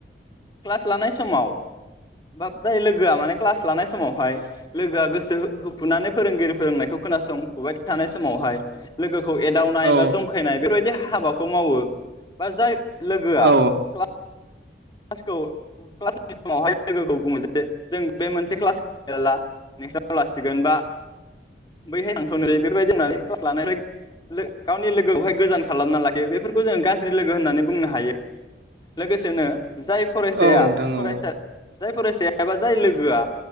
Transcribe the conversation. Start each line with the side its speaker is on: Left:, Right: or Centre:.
Left: क्लास लानाय समाव बा जाय लोगोआ माने क्लास लानाय समावहाय लोगोआ गोसो होफुनानै फोरोंगिरि फोरोंनायखौ खोनासंफुबाय थानाय समावहाय लोगो खौ एदावनाय
Right: औ
Left: बा जंखायनाय बेफोरबायदि हाबाखौ मावो बा जाय लोगोआ
Right: औ
Left: क्ला क्लासखौ क्लासनि समावहाय लोगोखौ बुङो जे जों बे मोनसे क्लासखौ लाला नेक्स्टआव लासिगोन बा बैहाय थांथ'नोसै बेफोरबायदि होननानै क्लास लानायफ्राय गावनि लोगोआवहाय गोजान खालामना लायो बेफोरखौ जों गाज्रि लोगो होननानै बुंनो हायो लोगोसेनो जाय फरायसाया
Right: औ नोंथां
Left: फरायसा
Right: औ
Left: जाय फरायसाया एबा जाय लोगोआ